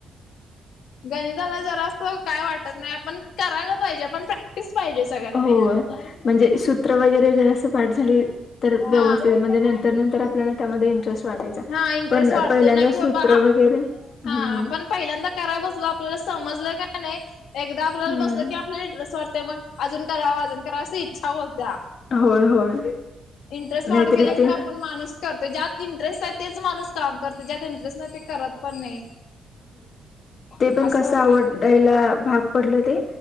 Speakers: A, on the left (about 80°); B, on the left (about 45°).
A: गणिताला जरा अस काय वाटत नाही आपण करायला पाहिजे पण प्रॅक्टिस पाहिजे सगळ्यात मेन.
B: होय म्हणजे सूत्र वगैरे जर असं पाठ झाली तर व्यवस्थित
A: हा
B: म्हणजे नंतर त्या नंतर आपल्याला त्यामध्ये इंटरेस्ट वाटायचं
A: हा इंटरेस्ट
B: पण
A: वाढते
B: पहिल्यांदा
A: ना
B: सूत्र
A: की बाबा
B: वगैरे,
A: हा
B: हम्.
A: आपण पहिल्यांदा कराय बसलो आपल्याला समजलं काय नाही एकदा आपल्याला
B: हम्म
A: बसलं की आपल्याला इंटरेस्ट वाटते मग अजून कराव अजून कराव अशी इच्छा होत्या,
B: होय होय
A: इंटरेस्ट
B: नाहीतरी
A: वाढत गेला की
B: ते
A: म पण माणूस करतो ज्यात इंटरेस्ट तेच माणूस काम करत ज्यात इंटरेस्ट नाही ते करत पण नाही.
B: ते पण
A: असं
B: कस
A: होतय.
B: आवड ला भाग पडलं ते